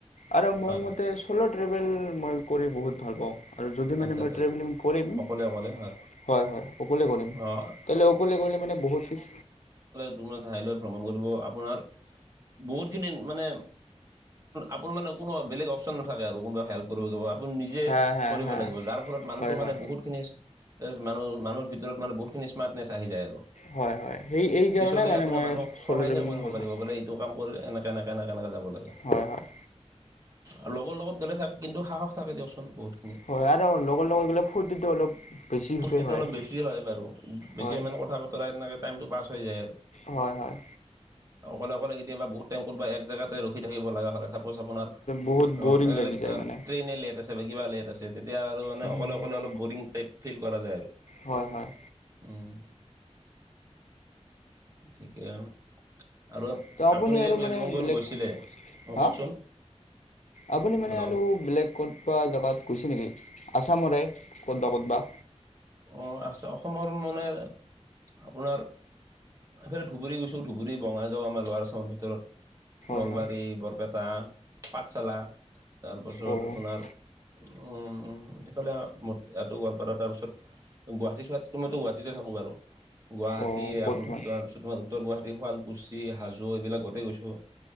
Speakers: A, on the left; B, on the right.
A: আৰু মোৰ
B: হয়,
A: মতে
B: হয়,
A: চ্'লো' ট্ৰেভেল মই কৰি বহুত ভাল পাওঁ। আৰু যদি মানে
B: আচ্ছা,
A: মাৰ
B: আচ্ছা,
A: ট্ৰেভেলিং কৰিম। হয়,
B: অকলে অকলে
A: হয় অকলে কৰিম
B: অ'।
A: তেলে অকলে কৰিলে মানে বহুত দিন
B: কোনো ঠাই লৈ ভ্ৰমণ কৰিব আপোনাৰ! বহুত খিনি মানে আপোনাৰ মানে কোনো বেলেগ অপচন নাথাকে আৰু কোনোবা হেল্প,। কৰি থোৱা আপুনি নিজে
A: হা হা
B: কৰিব
A: হা
B: লাগিব যাৰ ফলত মানুহটো
A: হয় হয়
B: মানে বহুত, বহুত খিনি মানুহ মানুহৰ ভিতৰত মানে বহুতখিনি স্মাৰ্টনেছ আহি যায় আৰু,।
A: হয় হয় সেই এই কাৰণে
B: পিছলে
A: মানে
B: আপুনি
A: মই
B: মানুহক
A: চ'ল'
B: সহায়হে
A: ট্ৰেভেলিং
B: কৰিব
A: ভাল
B: পাৰিব
A: পাওঁ
B: বোলে! এইটো কাম কৰিলে এনেকা এনেকা এনেকা যাব লাগে!
A: হয় হয়!
B: অ লগৰ লগত গ'লে থাকে কিন্তু সাহস থাকে দিয়কচোন বহুত খিনি
A: হয় আৰু লগৰ লগত গলে ফূৰ্তিটো অলপ বেছিকে
B: ফূৰ্তিটো
A: হয়।
B: অলপ বেছি হয় বাৰু বেছি
A: হয়
B: মানে কথা বতৰা তেনেকে টাইমটো পাছ হৈ যায় আৰু
A: হয় হয়!
B: অকলে অকলে কেতিয়াবা বহুত কতবা এক জেগাতে ৰখি থাকিব লগা হয় চা পচ আপোনাৰ
A: বহুত
B: অ
A: বৰিং
B: এনেই
A: লাগি যায় মানে
B: ট্ৰেইনেলি এটা বা কিবা লেট আছে তেতিয়া আৰু মানে
A: হয়
B: অকলে অকলে অলপ বৰিং টাইপ ফিল কৰা যায় আৰু
A: হয় হয়!
B: উম ঠিকে আৰু আৰু
A: ত
B: আপুনি
A: আৰু
B: যে ৱেষ্টবেংগল
A: মানে বেলেগ
B: গৈছিলে অ
A: হা
B: কওকচোন!
A: আপুনি মানে
B: হেল্ল'
A: আৰু বেলেগ ক'তবা জেগাত, গৈছে নেকি আছামৰে ক'তবা ক'তবা,
B: অ আছে অসমৰ মানে আপোনাৰ এইফালে ধুবুৰী গৈছো ধুবুৰী বঙাইগাঁও আমাৰ লৱাৰ আছামৰ ভিতৰত
A: হয়
B: নলবাৰী,
A: হয়
B: বৰপেটা, পাঠশালা তাৰপাছত
A: অ'
B: আপোনাৰ অ অ উ এইফালে ম ইয়াতো গোৱালপাৰা তাৰপিছত গুৱাহাটী চুৱাহাটীতো মইতো গুৱাহাটীতে থাকো বাৰু গুৱাহাটী
A: অ' ক'ত
B: আপোন
A: মান
B: তাৰপিছত তোমাৰ উত্তৰ গুৱাহাটী শুৱালকুছি হাজো এইবিলাক গোটেই গৈছো